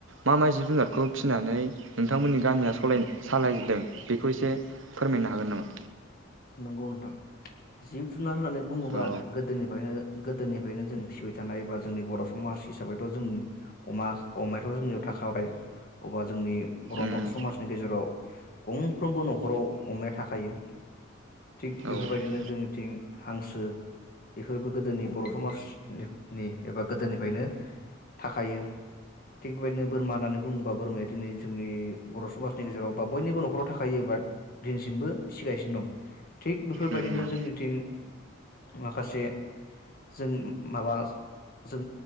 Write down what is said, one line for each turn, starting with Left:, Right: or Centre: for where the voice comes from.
Right: मा मा जिब जुनारखौ फिनानै नोंथांमोननि गामिया सलाय-सालायदों बेखौ एसे फोरमायनो हागोन नामा?
Left: नंगौ नोंथां जिउ जुनार होननानै बुङोबा
Right: औ
Left: गोदोनिफ्रायनो। गोदोनिफ्रायनो जों फिबाय थानाय बा जोंनि बर समाज हिसाबैथ जों अमा अमायाथ जोंनियाव थाखाबाय अबा जोंनि। बर'म
Right: उम
Left: समाजनि गेजेराव। गंफ्रोमबो नखराव अमाया थाखायो। थिग
Right: औ
Left: बेफोरबायदिनो
Right: उम
Left: जोंनिथिं हांसो बेफोरबो गोदोनि बर समाज। निब नि एबा गोदोनिफ्रायनो थाखायो थिग बेबायदिनो बोरमा होननानै बुङोबा बोरमाया दिनै जोंनि बर' समाजनि गेजेराव बा बयनिबो नखराव थाखायो बा दिनैसिमबो फिगासिनो दं। थिग बेफोरबायदिनो
Right: उम
Left: जोंनिथिं। माखासे जों माबा जों